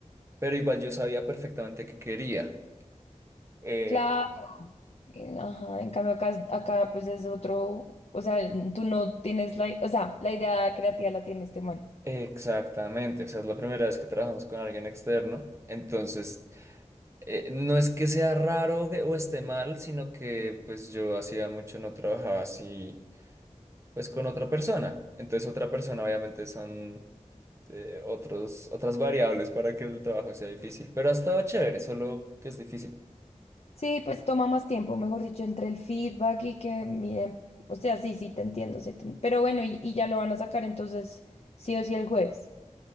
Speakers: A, on the right; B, on the left.
A: pero igual yo sabía perfectamente qué quería. Eh,
B: claro. eh, Ajá. En cambio acá, es- acá pues es otro, o sea, n- tú no tienes la, o sea, la idea creativa la tiene este man.
A: exactamente, o sea, es la primera vez que trabajamos con alguien externo, entonces eh, no es que sea raro que- o esté mal, sino que pues yo hacía mucho no trabajaba así, pues con otra persona. Entonces otra persona obviamente son eh, otros, otras variables para que el trabajo sea difícil, pero ha estado chévere, solo que es difícil.
B: Sí, pues toma más tiempo, mejor dicho, entre el feedback y que miren, o sea, sí, sí, te entiendo, sí, te en- pero bueno, y, y ya lo van a sacar entonces sí o sí el jueves.